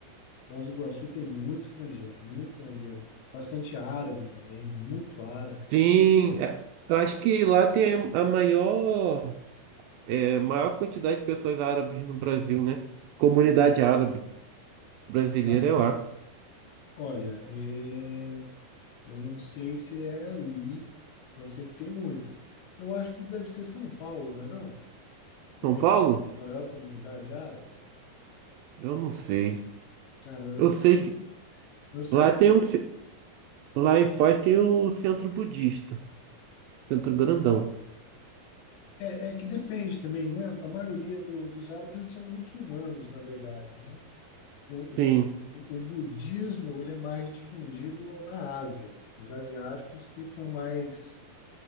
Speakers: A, on the left; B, on the right.
A: Foz do Iguaçu tem muito estrangeiro, muito estrangeiro mesmo. Bastante árabe também, muito árabe.
B: Sim, é, eu acho que lá tem a maior, é, maior quantidade de pessoas árabes no Brasil, né? Comunidade árabe brasileira
A: Parece.
B: é lá.
A: Olha, é, eu não sei se é ali, eu sei que tem muito. Eu acho que deve ser São Paulo, né? Não? que
B: São
A: tem
B: Paulo?
A: a maior comunidade árabe,
B: Eu não sei.
A: cara, eu
B: Eu sei
A: também
B: que
A: eu sei
B: lá
A: que
B: tem um, lá em Foz tem o centro budista, centro grandão.
A: é, é que depende também, né? A maioria do- dos árabes eles são muçulmanos, na verdade, né? O,
B: Sim,
A: o, o budismo ele é mais difundido na Ásia, os asiáticos que são mais